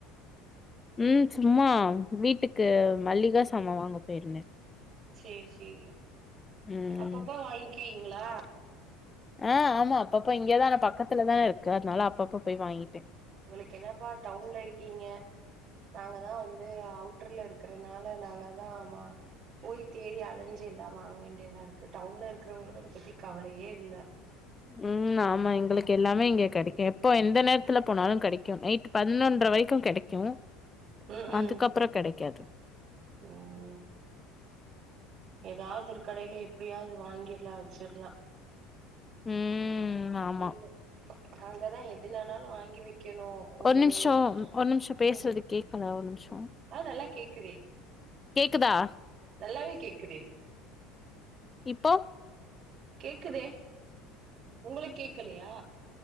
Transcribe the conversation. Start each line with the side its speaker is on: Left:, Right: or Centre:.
Left: உம் சும்மா வீட்டுக்கு மல்லிக சாமா வாங்க போயிருந்தே
Right: சேரி சேரி
Left: ம்
Right: அப்பப்பா வாங்கிவீங்களா
Left: அ ஆமா அப்பப்ப இங்கதான பக்கத்துலதான இருக்கு அதனால அப்பப்ப போயி வாங்கிப்பே
Right: உங்களுக்கு என்னாப்பா டவுன்ல இருக்கீங்க நாங்கதா வந்து அவுட்டர்ல இருக்ரனால நாங்கதா ஆமா போய் தேடி அலைஞ்சு எல்லா வாங்க வேண்டியதாருக்கு டவ்ன்ல இருக்றவங்களுக்கு அத பத்தி கவலையே இல்லை
Left: உம் ஆமா எங்களுக்கு எல்லாமே இங்க கெடைக்கு எப்போ எந்த நேர்த்துல போனாலு கெடைக்கு நைட்டு பன்த்னொன்ர வரைக்கு கெடைக்கு
Right: ம் ம்
Left: அதுக்கப்ற கெடைக்காது
Right: ம் ஏதாவ்து ஒரு கடைய்ல எப்டியாவ்து வாங்கிர்லா ச்சிர்லா
Left: ம் ஆமா
Right: என்ன அங்கதா எதுனனாலு வாங்கி வக்கணு ஒருவ
Left: ஒரு நிமிஷோ ஒரு நிமிஷோ
Right: உ
Left: பேசுறது கேக்கல ஒரு நிமிஷோ
Right: அ நல்லா கேக்குதே
Left: கேக்குதா
Right: நல்லாவே கேக்குதே
Left: இப்போ
Right: கேக்குதே உங்களுக் கேக்கலயா